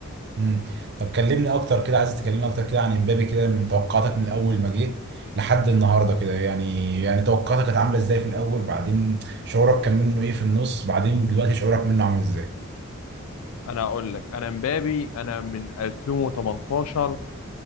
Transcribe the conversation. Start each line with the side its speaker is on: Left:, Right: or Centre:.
Right: مم. طب كلمني اكتر كده عايز تكلمني اكتر كده عن امبابي كده من توقعاتك من اول ما جه لحد النهارده كده يعني يعني توقعاتك كانت عامله ازاي في الاول بعدين شعورك كان منه ايه في النص بعدين دلوقتي شعورك منه عامل ازاي
Left: انا اقول لك انا مبابي انا من 2018